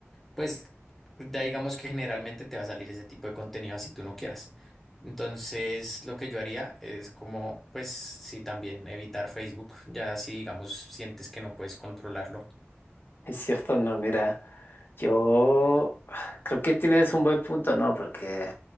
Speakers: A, in the centre; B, on the left (about 50°).
A: pues ya digamos que generalmente te va a salir ese tipo de contenido si tú no quieras. Entonces, lo que yo haría es como, pues, sí, también evitar Facebook, ya si digamos sientes que no puedes controlarlo.
B: Es cierto, no, mira, yo creo que tienes un buen punto, ¿no? Porque